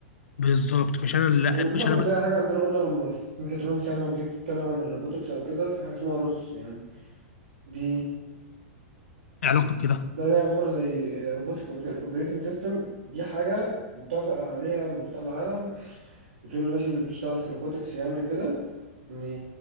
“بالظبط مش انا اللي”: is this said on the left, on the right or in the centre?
Left